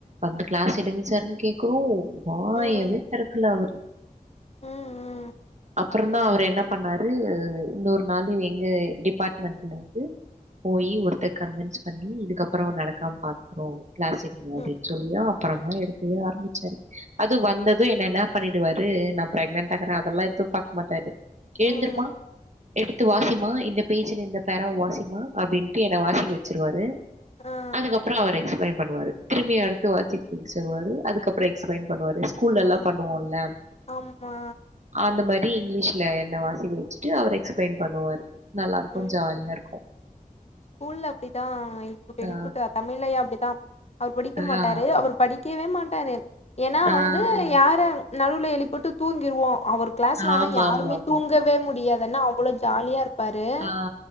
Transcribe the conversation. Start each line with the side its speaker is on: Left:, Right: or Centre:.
Right: வந்து க்ளாஸ் எடுங் சார்ருன்னு கேக்குறோ வாயவே
Left: ம்
Right: தெறக்கல அவரு
Left: ம்
Right: அப்புறந்தா அவர் என்ன பண்ணாரு அ இன்னொரு நாளு எங்க டிபாட்மெண்ட்லந்து போயி ஒருத்தர் கன்வென்ஸ் பண்ணி இதுக்கப்புறோ நடக்காம் பாத்துக்குறோ க்ளாஸ் எடுக்க அப்டின்
Left: ம்
Right: சொல்லி அப்பறந்தா எடுக்கவே ஆரம்பிச்சாரு அது வந்தது என்ன என்ன பண்ணிடுவாரு நா ப்ரெக்னன்டாகிறே அதெல்லா எது பாக் மாட்டாரு ஏந்திருமா
Left: ம்
Right: எடுத்து வாசிமா இந்த பேஜுல இந்த பேராவ வாசிமா அப்டின்ட்டு என்ன வாசிக்க வெச்சிருவாரு
Left: ஆ
Right: அதுக்கப் எக்ஸ்பளைன் பண்ணுவாரு திரும்மியு அடுத்து வாசிக்க சொல்வாரு அதுக்கப்பற எக்ஸ்பளைன் பண்ணுவாரு ஸ்கூல்ல எல்லா
Left: ஆ
Right: பண்ணுவோம்ல
Left: ஆமா
Right: அந்த மாதிரி இங்கிலீஷ்ல என்ன வாசிக்க வச்சுட்டு அவரு எக்ஸ்பிளைன் பண்ணுவாரு நல்லா இருக்கும்
Left: ம்
Right: ஜாலியா இருக்கும்
Left: ஸ்கூல்ல அப்டிதா எழுப்புட்டு எழுப்புட்டு
Right: ஆ
Left: தமிழ் ஐயா அப்டிதா அவர் படிக்க மாட்டாரு
Right: ஆ
Left: அவர் படிக்கவே மாட்டாரு ஏன்னா
Right: ஆ
Left: வந்து யார நடுவில் எழுப்புட்டு தூங்கிடுவோ அவரு கிளாஸ்ல
Right: ஆமாமாமா.
Left: ஆனா யாருமே தூங்கவே முடியாது ஏன்னா அவ்வள ஜாலியா இருப்பாரு
Right: ஆ.